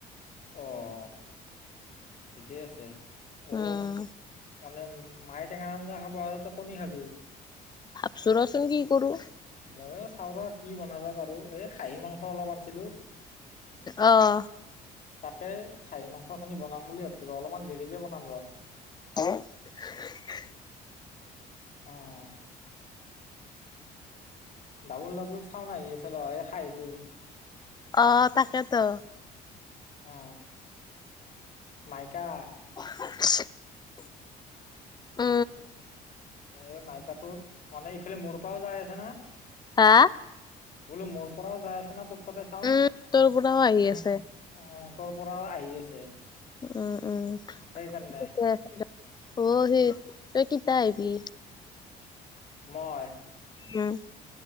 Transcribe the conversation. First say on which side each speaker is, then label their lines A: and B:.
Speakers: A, on the left; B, on the left.
A: অহ, ঠিকেই আছে।
B: উম।
A: অ মানে মাই টেঙাৰ আঞ্জা খাব আৰু তই কণী খাবি?
B: ভাবছো ৰচোন কি কৰো।
A: মইয়ো চাও ৰ কি বনাবা পাৰো। এই খাহী মাংস অলপ আনছিলো।
B: অহ।
A: তাকে খাহী মাংস খিনি বনাম বুলি ভাবছো ৰ অলপমান দেৰিকে বনাম ৰ।
B: <unintelligible>
A: অঅঅ। ডাবুল ডাবুল চাওন আহি আছে ৰ এই খাহিটোৰ।
B: অ, তাকেটো।
A: উ মাইকা
B: <inaudible> উ।
A: এ মাইকাটোৰ। মানে ইফালে মৰ পাও যাই আছে না।
B: হা?
A: বোলো মোৰ পৰাও যাই আছে না তোৰ তাতে চাওন
B: উম,
A: উম
B: তোৰ পৰাও আহি আছে
A: উ ৰ পৰাও আহি আছে
B: উম উম
A: সেইকাৰণে
B: িকে অ সেই শকিত আহ পি
A: মই
B: উম।